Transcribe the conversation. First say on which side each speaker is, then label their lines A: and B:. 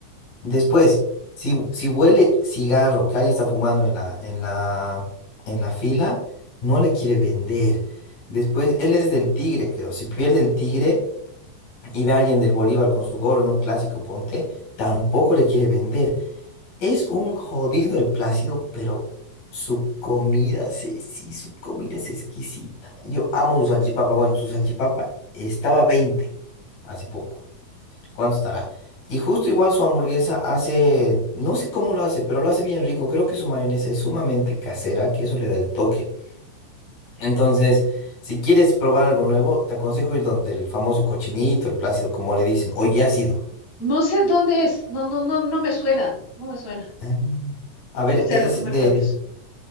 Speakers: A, on the left; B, on the left.
A: Después, si, si huele cigarro que alguien está fumando en la, en la, en la fila, no le quiere vender. Después, él es del Tigre, creo. Si pierde el Tigre y ve a alguien del Bolívar con su gorro en un clásico ponte, tampoco le quiere vender. Es un jodido el Plácido, pero su comida, se- sí, su comida es exquisita. Yo amo su salchipapa. Bueno, su salchipapa estaba 20 hace poco. ¿Cuánto estará? Y justo igual su hamburguesa hace, no sé cómo lo hace, pero lo hace bien rico. Creo que su mayonesa es sumamente casera, que eso le da el toque. Entonces, si quieres probar algo nuevo, te aconsejo ir donde el famoso cochinito, el plácido, como le dicen, o ya ácido.
B: No sé dónde es. No, no, no, no me suena. No me suena.
A: Ah. A ver,
B: O sea,
A: es
B: lo que me
A: de,
B: cuentas.